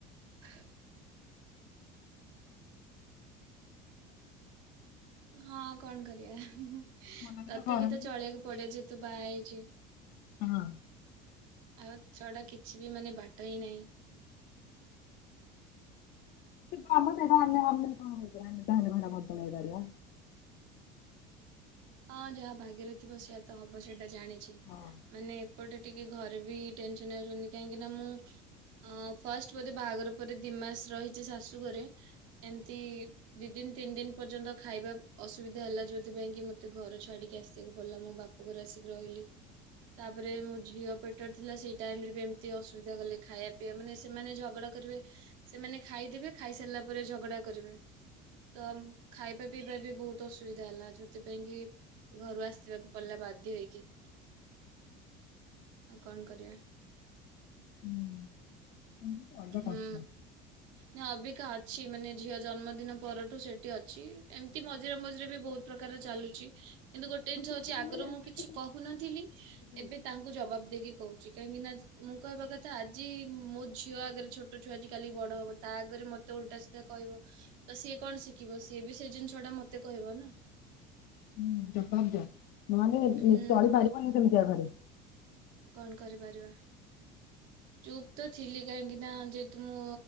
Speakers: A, on the right; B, on the left.
A: ହ। ହଁ କଣ କରିବା
B: ମନାଲିକା
A: ତଥାପି
B: ଗରମ
A: ତ ଚଳେଇ ବାକୁ ପଡିବ ଯେହେତୁ ବାହା ହେଇଚି।
B: ହଁ।
A: ଆଉ ଛଡା କିଛି ବି ମାନେ ବାଟ ହିଁ ନାହିଁ।
B: ହଁ ମ ତାର ଆମେ ଆମେ କଣ ଆମେ ଚାହିଁଲେ କଣ ହେଟା ବଦଳେଇ ପାରିବା।
A: ହଁ ଯାହା ଭାଗ୍ୟରେ ଥିବ ସେଇଆ ତ ହବ ସେଇଟା ଜାଣିଚି
B: ହଁ।
A: ମାନେ ଏପଟେ ଟିକେ ଘରେ ବି ଟେନସନ୍ ହେଇ ଯାଉଛନ୍ତି କାହିଁକି ନା ମୁଁ ଆଁ ଫାଷ୍ଟ ବୋଧେ ବାହାଘର ପରେ ଦିମାସ ରହିଚି ଶାଶୁଘରେ ଏମତି ଦିଇ ଦିନ ତିନି ଦିନ ପର୍ଯ୍ୟନ୍ତ ଖାଇବା ଅସୁବିଧା ହେଲା ଯୋଉଥିପାଇଁ କି ମ ମତେ ଘର ଛାଡିକି ଆସିବାକୁ ପଡିଲା ମୋ ବାପାଘରେ ଆସିକି ରହିଲି ତାପରେ ମୋ ଝିଅ ପେ ଟରେ ଥିଲା ସେଇ ଟାଇମରେ ବି ଏମତି ଅସୁବିଧା କଲେ ଖାଇବା ପିଇବା ମାନେ ସେମାନେ ଝଗଡା କରିବେ ସେମାନେ ଖାଇଦେବେ ଖାଇ ସାରିଲା ପରେ ଝଗଡା କରିବେ। ତ ଖାଇବା ପିଇବାରେ ବି ବୋହୁତ ଅସୁବିଧା ହେଲା ଯଦି ପାଇଁ କିି ଘରୁ ଆସିବାକୁ ପଡିଲା ବାଧ୍ୟ ହେଇକି। ଆଉ କଣ କରିବା।
B: ହୁଁ। ଏମିତି କରିବା
A: ହୁଁ।
B: କଷ୍ଟ।
A: ନାଇଁ ଅବିକା ଅଛି ମାନେ ଝିଅ ଜନ୍ମଦିନ ପରଠୁ ସେଠି ଅଛି ଏମତି ମଝିରେ ମଝିରେ ବି ବୋହୁତ୍ ପ୍ରକାର ଚାଲୁଚି କିନ୍ତୁ ଗୋଟେ
B: ହଁ
A: ଜିନିଷ
B: କିଛି
A: ହୋଉଚି
B: ଦିନ
A: ଆଗରୁ
B: ଲେଟ୍
A: ମୁଁ
B: ରେ
A: କିଛି
B: ଠିକ
A: କୋହୁନଥିଲି
B: ହେଇଯିବ।
A: ଏବେ ତାଙ୍କୁ ଜବାବ ଦେଇକି କୋହୁଚି କାହିଁକି ନା ଯ୍ ମୁଁ କହିବା କଥା ଆଜି ମୋ ଝିଅ ଆଗରେ ଛୋଟ ଛୁଆ ଆଜି କାଲି ବଡ ହବ ତା ଆଗରେ ମତେ ଓଲଟା ସିଧା କହିବ। ତ ସିଏ କଣ ଶିଖିବ ସିଏ ବି ସେଇ ଜିନିଷଟା ମତେ କହିବ ନା।
B: ହୁଁ ଜବାବ ଦିଅ ନହେଲେ ଉଁ
A: ହୁଁ
B: ଚଳିପାରିବନି ସେମିତିଆ ଘରେ।
A: କଣ କରିପାରିବା। ଚୁପ୍ ତ ଥିଲି କାହିଁକି ନା ଯେହେତୁ ମୋ